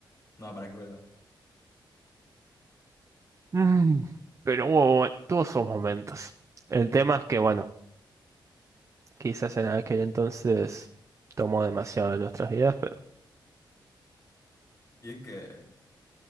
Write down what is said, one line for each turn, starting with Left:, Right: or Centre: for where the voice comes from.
Left: no da para que vuelva.
Right: Mm, Pero hubo, hubo- tuvo sus momentos. El tema es que, bueno, quizás en aquel entonces tomó demasiado de nuestras vidas, pero
Left: Y es que,